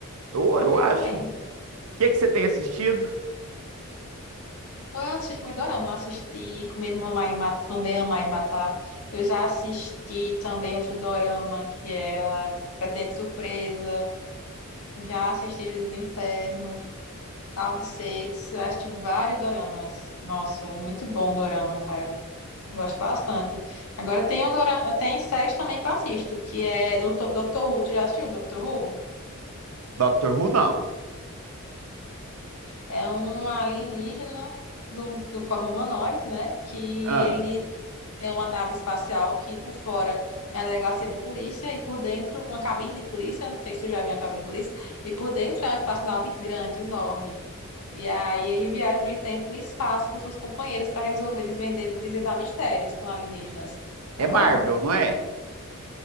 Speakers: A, on the right; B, on the left.
A: Ou
B: Vou
A: eu
B: ver
A: acho.
B: também.
A: O que que você tem assistido?
B: Eu assisto muito dorama. Assisti Comer, Mamar e Matar, Comer, Amar e Matar. Eu já assisti também outro dorama que era dentro Surpresa. Já assisti Juízo do Inferno, Tal de Sex. Eu assisti vários doramas. Nossa, muito bom o dorama, cara. Gosto bastante. Agora tem, um dora- tem séries também que eu assisto, que é Doutor, Doctor Who. Tu já assistiu Doctor Who?
A: Doctor Who, não.
B: É um alienígena no, de forma humanoide, né? Que
A: Ah.
B: ele é uma nave espacial que por fora é uma delegacia de polícia e por dentro uma cabine de polícia. Não sei se tu já viu uma cabine de polícia. E por dentro é uma espaçonave grande, enorme. E aí ele viaja no tempo e no espaço com seus companheiros para resolver desvender, desvendar mistérios com alienígenas.
A: É
B: É bom?
A: Marvel, não é?